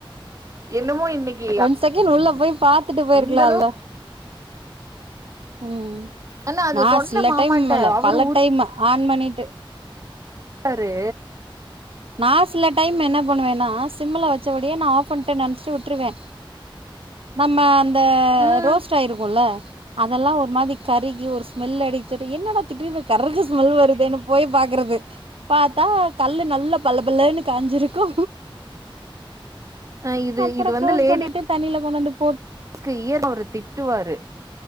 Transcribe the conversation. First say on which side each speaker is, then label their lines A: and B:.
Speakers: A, on the right; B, on the right.
A: என்னமோ இன்னைக்கு
B: ஒன் செகெண்ட் உள்ள போய் பாத்துட்டு போயிருக்கலால்ல
A: அந்த
B: உம்
A: ஆனா அது
B: நா
A: சொன்ன
B: சில
A: மாமாட்ட
B: டைம் இல்ல
A: அவரு
B: பல டைம் ஆன் பண்ணிட்டு
A: றாரு
B: நா சில டைம் என்ன பண்ணுவேனா சிம்முல வச்சபடியே நா ஆப் பண்ட்டே நெனச்ட்டு உட்ருவே நம்ம அந்த
A: ம்
B: ரோஸ்ட் ஆயிருக்குல அதெலா ஒரு மாரி கருகி ஒரு மெல்ல அடிச்சட்டு என்னடா திடீர்னு கருகுற ஸ்மெல் வருதேனு போய் பாக்குறது பாத்தா கல்லு நல்ல பளபளன்னு காஞ்சிருக்கு
A: ஆ இது
B: அப்புறோ
A: இது வந்து
B: க்ளோஸ்
A: லேடிஸ்
B: பண்ணிட்டு <unintelligible>
A: ஸ்கு இயற அவுரு திட்டுவாரு